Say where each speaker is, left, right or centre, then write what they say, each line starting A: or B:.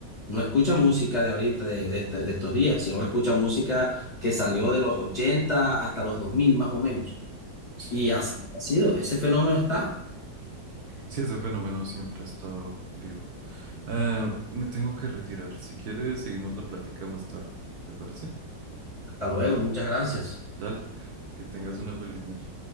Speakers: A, on the left; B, on the right.
A: no escucha música de ahorita, de, de este- de estos días, sino que escucha música que salió de los 80 hasta los 2000 más o menos.
B: sí.
A: Y así ha sido, ese fenómeno está.
B: Sí, ese fenómeno siempre ha estado vivo. Ah, me tengo que retirar. Si quieres, seguimos la plática más tarde. ¿Te parece?
A: Hasta luego, muchas gracias.
B: Dale, que tengas una feliz noche.